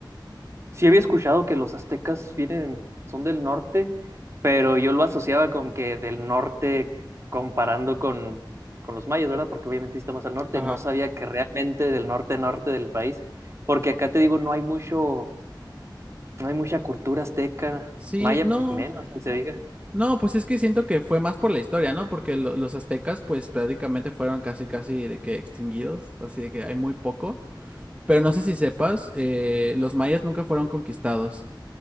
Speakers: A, on the right (about 35°); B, on the right (about 15°).
A: Sí había escuchado que los aztecas vienen, son del norte, pero yo lo asociaba con que del norte comparando con, con los mayas, ¿verdad? Porque obviamente sí está más al norte,
B: Ajá.
A: no sabía que realmente del norte norte del país, porque acá te digo, no hay mucho, no hay mucha cultura azteca,
B: Sí,
A: maya
B: no,
A: pues menos, ni se diga.
B: no, pues es que siento que fue más por la historia, ¿no? Porque lo- los aztecas, pues prácticamente fueron casi, casi de que extinguidos, así de que hay muy poco. Pero no sé si sepas, eh, los mayas nunca fueron conquistados.